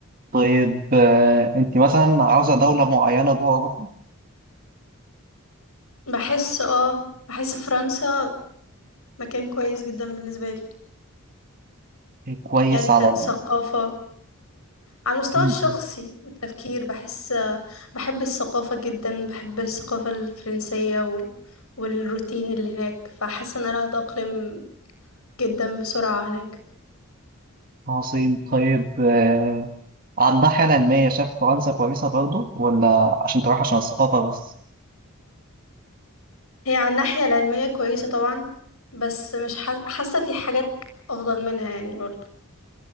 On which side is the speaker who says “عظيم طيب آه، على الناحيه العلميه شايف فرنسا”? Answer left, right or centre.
Right